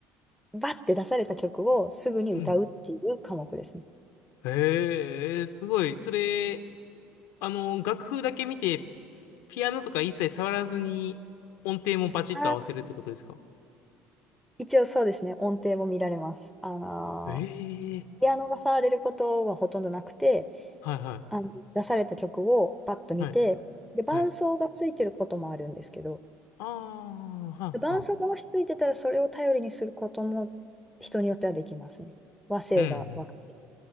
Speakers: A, in the centre; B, on the left (about 75°).
A: バッて出された曲をすぐに歌うっていう科目ですね。
B: うん。へえ、すごい。それ、あの、楽譜だけ見て、ピアノとか一切触らずに、音程もバチッと合わせるってことですか
A: あ一応そうですね、音程も見られます。あのー
B: ええ、
A: ピアノが触れることはほとんどなくて、
B: はいはい。
A: あの、出された曲をバッと見て、
B: はい
A: で、伴奏がついてることもあるんですけど、
B: はい。ああ、はあ、
A: 伴奏が落ち着いてたらそれを頼りにすることも人によってはできますね。
B: はあ。
A: 和声が分かる。
B: うん、うん。